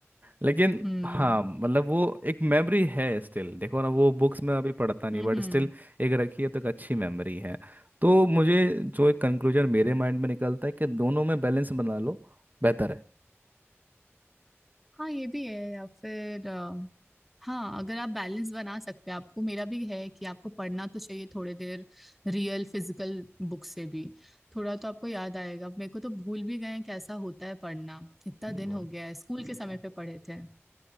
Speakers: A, on the right; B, in the centre.
A: लेकिन
B: हम्म
A: हाँ मतलब वो एक मेमोरी है स्टिल देखो ना वो बुक्स में अभी पढ़ता नहीं
B: हम्म
A: बट
B: हम्म।
A: स्टिल एक रखी है तो एक अच्छी मेमोरी है तो मुझे जो एक कंक्लूजन मेरे माइंड में निकलता है कि दोनों में बैलेंस बना लो बेहतर है
B: हाँ ये भी है या फिर अ, हाँ अगर आप बैलेंस बना सकते हैं आपको मेरा भी है कि आपको पढ़ना तो चाहिए थोड़ी देर रियल फिजिकल बुक से भी थोड़ा तो आपको याद आएगा मेरे को तो भूल भी गए हैं कैसा होता है पढ़ना इतना दिन
A: वाह,
B: हो गया है स्कूल के समय पे पढ़े थे